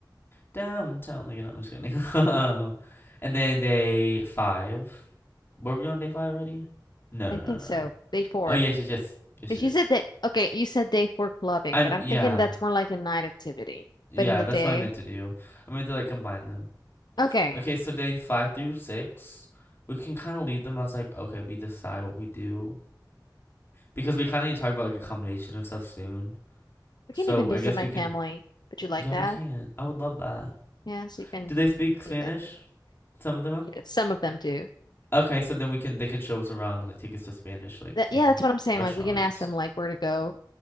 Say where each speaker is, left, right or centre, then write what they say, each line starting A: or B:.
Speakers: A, on the left (about 30°); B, on the left (about 65°).
A: Downtown, like, you know, I'm just kidding. <laughs> Um, and then day five, were we on day five already? No,
B: I
A: no,
B: think
A: no, no.
B: so.
A: no.
B: Day four.
A: Oh, yes, yes, yes. Yes,
B: Because
A: yes.
B: you
A: yes.
B: said that, okay, you said day four clubbing,
A: I'm,
B: but I'm
A: yeah.
B: thinking that's more like a night activity.
A: Yeah,
B: But in the
A: that's
B: day,
A: what I meant to do. I meant to like combine them.
B: okay,
A: Okay, so day five through six, we can kind of leave them as like, okay, we decide what we do because we kind of need to talk about like accommodation and stuff soon.
B: we
A: So
B: can even visit
A: I guess
B: my
A: we can.
B: family. Would you like
A: Yeah,
B: that?
A: we can. I would love that.
B: Yeah, so you can
A: Do they speak Spanish?
B: meet them.
A: Some of them. Are?
B: Some of them do.
A: Okay, so then we can they can show us around and like take us to Spanish like
B: That,
A: speaking
B: yeah, that's what I'm saying.
A: restaurants.
B: Like we can ask them like where to go.